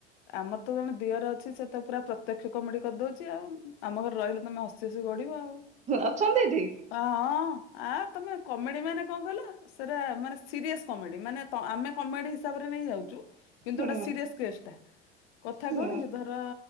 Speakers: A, on the left; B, on the right.
A: ଆମର ତ ଜଣେ ଦିଅର ଅଛି ସେ ତ ପୁରା ପ୍ରତ୍ୟକ୍ଷ କମେଡି କରିଦଉଛି ଆଉ ଆମ ଘରେ ରହିଲେ ତମେ ହସ ହଷ ଗଢିବ ଆଉ
B: ଅଛନ୍ତି ଏଠି।
A: ହଁ ଆ ତମେ କମେଡ଼ି ମାନେ କଣ କହିଲ ସେଟା ମାନେ ସିରିଏସ୍ କମେଡ଼ି ମାନେ ଆମେ କମେଡ଼ି ହିସାବରେ ନେଇ ଯାଉଛୁ। କିନ୍ତୁ
B: ହୁଁ
A: ଗୋଟେ ସିରିଅସ୍ କେସ୍ଟା କଥା
B: ହୁଁ
A: କଣ କି ଧର